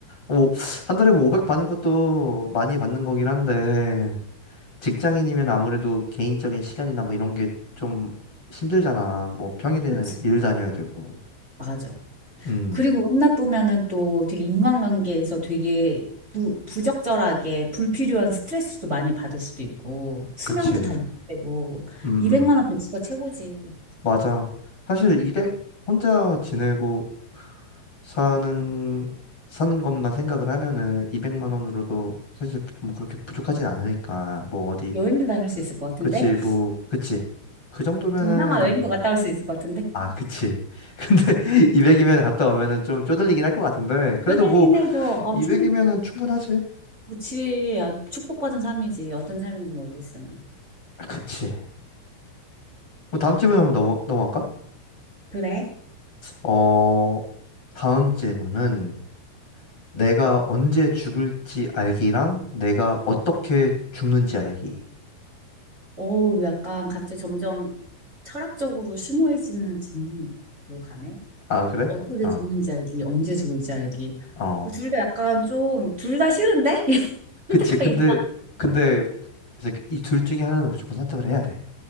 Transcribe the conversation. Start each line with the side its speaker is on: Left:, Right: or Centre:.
Left: 오, 한 달에 뭐 500 받는 것도 많이 받는 거긴 한데, 직장인이면 아무래도 개인적인 시간이나 뭐 이런 게 좀 힘들잖아. 뭐 평일에는
Right: 그치.
Left: 일 다녀야 되고.
Right: 맞아.
Left: 음,
Right: 그리고 은둔하면은 또 되게 인간관계에서 되게 부, 부적절하게 불필요한 스트레스도 많이 받을 수도 있고 수명도
Left: 그치.
Right: 단축되고
Left: 음,
Right: 200만
Left: 음,
Right: 원 배치가 최고지.
Left: 맞아. 사실 200 혼자 지내고 사는, 사는 것만 생각을 하면은 200만 원으로도 사실 뭐 그렇게 부족하진 않으니까. 뭐 어디.
Right: 여행도 다닐 수 있을 것 같은데?
Left: 그치,
Right: <laughs>
Left: 뭐, 그치. 그 정도면은
Right: 동남아 여행도 갔다 올 수 있을 것 같은데?
Left: 아, 그치. <laughs> 근데 200이면 갔다 오면은 좀 쪼들리긴 할 것 같은데 그래도
Right: 쪼들리긴
Left: 뭐
Right: 해도 어,
Left: 200이면은
Right: 충,
Left: 충분하지.
Right: 그치. 아, 축복받은 삶이지. 어떤 삶인지 모르겠으나.
Left: 그치. 뭐 다음 질문 한번 넘어 넘어갈까?
Right: 그래?
Left: 어, 다음 질문은 내가 언제 죽을지 알기랑 내가
Right: 응.
Left: 어떻게 죽는지 알기.
Right: 어우, 약간 갑자기 점점 철학적으로 심오해지는 진로 가네.
Left: 아, 그래?
Right: 어떻게
Left: 어,
Right: 죽는지 알기, 언제 죽을지 알기.
Left: 어.
Right: 뭐 둘다 약간 좀, 둘 다 싫은데? <laughs> 이런
Left: 그치.
Right: 생각이
Left: 근데
Right: 나.
Left: 근데 이제 이 둘 중에 하나는 무조건 선택을 해야 돼.